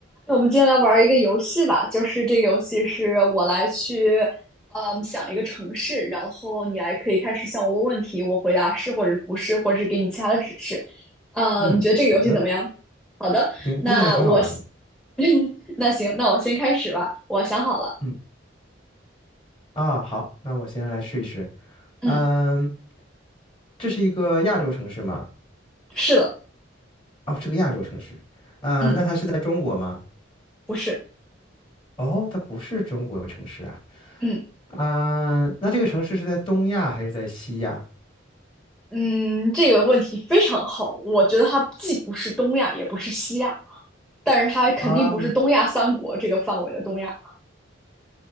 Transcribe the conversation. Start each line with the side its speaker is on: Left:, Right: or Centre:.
Centre: 那我们今天来玩一个游戏吧，就是这个游戏是我来去，嗯，想一个城市，然后你来可以开始向我问问题，我回答是或者是不是，或者是给你其他的指示。呃，
Left: 嗯，
Centre: 你觉得这个游戏怎么样？
Left: 好的，
Centre: 好的，
Left: 听听起来挺好玩的。
Centre: 那我先，<laughs> 那行，那我先开始吧。我想好了，
Left: 嗯啊，好，那我先来试一试。
Centre: 嗯，
Left: 嗯，这是一个亚洲城市吗？
Centre: 是的，
Left: 哦，是个亚洲城市。嗯，
Centre: 嗯，
Left: 那它是在中国吗？
Centre: 不是，
Left: 哦，它不是中国城市啊。
Centre: 嗯
Left: 嗯，那这个城市是在东亚还是在西亚？
Centre: 嗯，这个问题非常好，我觉得它既不是东亚，也不是西亚，但是它肯定不是东亚三国这个范围的东亚。
Left: 啊